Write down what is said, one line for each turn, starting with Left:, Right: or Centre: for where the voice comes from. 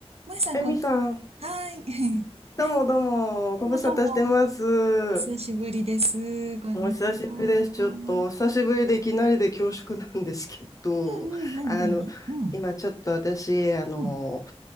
Right: もえさん、
Left: えみさん、
Right: こんにちは。はーい。
Left: どうもどうも、
Right: <laughs>
Left: ご無沙汰してます。
Right: どうもどうも。お久しぶりです。こんにちは。
Left: お久しぶりです。ちょっと、お久しぶりでいきなりで恐縮なんですけど、
Right: うんうん。なになにうん。
Left: あの、今ちょっと私、あの、
Right: うん。